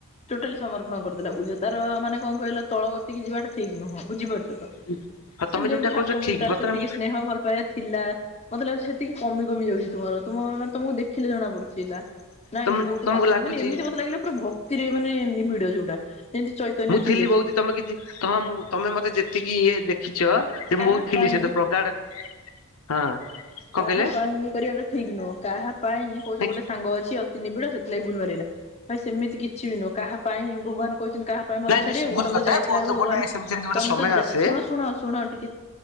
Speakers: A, on the left (about 30°); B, on the left (about 75°).
A: ଟୋଟାଲି ସମର୍ପଣ କରିଦେଲା ବୁଝ ତ ମାନେ କଣ କହିଲ ତଳ ଗତିକି ଯିବାଟ ଠିକ ନୁହେଁ ବୁଝିପାରୁ
B: ହଁ
A: ମାନେ
B: ତମେ
A: ଯେମିତି
B: ଯୋଉଟା
A: ଠାକୁରଙ୍କ
B: କହୁଛ
A: ପ୍ରତି
B: ଠିକ୍
A: ତାର
B: ବର୍ତ୍ତମାନ
A: ସେତିକି ସ୍ନେହ, ଭଲ ପାଇବା ଥିଲା। ମତେ ଲାଗୁଛି ସେତିକି କମି କମି ଯାଉଛି ତମର ତୁମର ମାନେ ତମକୁ ଦେଖିଲେ ଜଣା ପଡୁଥିଲା। ନାଇଁ
B: ତମ
A: ଇଏ ବହୁତ
B: ତମକୁ
A: ରାଧାଙ୍କ
B: ଲାଗୁଛି
A: ମାନେ ଏମିତି ମତ ଲାଗିଲା ଭକ୍ତିରେ ମାନେ ନିବିଡ ଯୋଉଟା। ଯେମିତି ଚୈତନ୍ୟ
B: ମୁଁ
A: ଥିଲେ
B: ଥିଲି ବଉତ ତମେ କିଛି ତମ ମୁ ତମେ ମତେ ଯେତିକି ଇଏ ଦେଖିଛ ସେ
A: କାହା
B: ମୁଁ ବହୁତ ଥିଲି
A: ପାଇଁ
B: ସେତ ପ୍ରଗାଢ ହଁ। କଣ
A: କାହା
B: କହିଲେ?
A: ପାଇଁ ଇଏ କରିବାଟା ଠିକ ନୁହଁ କାହା ପାଇଁ କୋଉ
B: ନାଇଁ
A: ଗୋଟେ ସାଙ୍ଗ ଅଛି ଅତି ନିବିଡ ସେ ଲାଇ ବୁଲବାଡେଇଲା। ଭାଇ ସେମିତି କିଛି ବି ନୁହଁ କାହା ପାଇଁ ଭଗବାନ କହିଛନ୍ତି କାହା ପାଇଁ ମତେ ଛାଡିବାକୁ
B: ନାଇଁ ସେ ଭୁଲ
A: ତମେ
B: କଥା
A: ତ ଯାଇଥିଲା
B: ବହୁତ
A: ଆଣିବାକୁ ଭଗବାନ
B: ଗୋଟେ ସେମିତି ଏମିତି ଗୋଟେ
A: ତ ତମେ
B: ସମୟ
A: ତ
B: ଆସେ
A: ଶୁଣ ଶୁଣ ଶୁଣ ଟିକେ